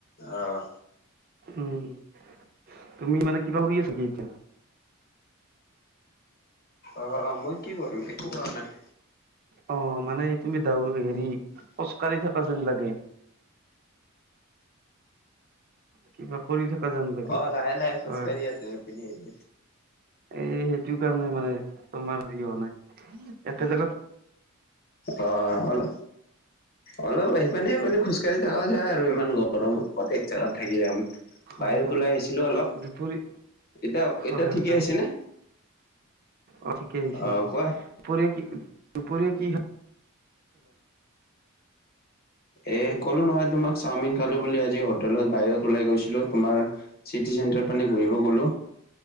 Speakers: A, on the left; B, on the right.
A: অহ।
B: উম, তুমি মানে কিবা কৰি আছা নেকি?
A: আহ মই কি কৰিম একো কৰা নাই।
B: অ মানে তুমি হেৰি খোজকাঢ়ি থকা যেন লাগে। কিবা কৰি থকা যেন লাগে
A: অ লাহে লাহে খোজকাঢ়ি
B: হয়
A: আছো ইপিনে সিপিনে।
B: এই সেইটো কাৰণে মানে তোমাৰ হেৰি হোৱা নাই, একে জগাত
A: অহ অলপ ইপিনে সিপানে খোজকাঢ়ি থাকা যায় আৰু ইমান গৰমত কত এক জাগাত থাকি যাম
B: হয়
A: বাহিৰত
B: হয়
A: ওলাই আহিছিলো অলপ
B: দুপৰি
A: এতিয়া
B: হয়
A: এতিয়া ঠিকেই
B: হয়
A: আহিছে নে?
B: অ ঠিকেই আহিছে
A: অ
B: দুপৰীয়া
A: কোৱা
B: কি দুপৰীয়া কি খালা?
A: এ ক'লো নহয় তোমাক চাওমিন খালো বুলি, আজি হোটেলত বাহিৰত ওলাই গৈছিলোঁ তোমাৰ চিটি চেণ্টাৰ পিনে ঘূৰিব গলো।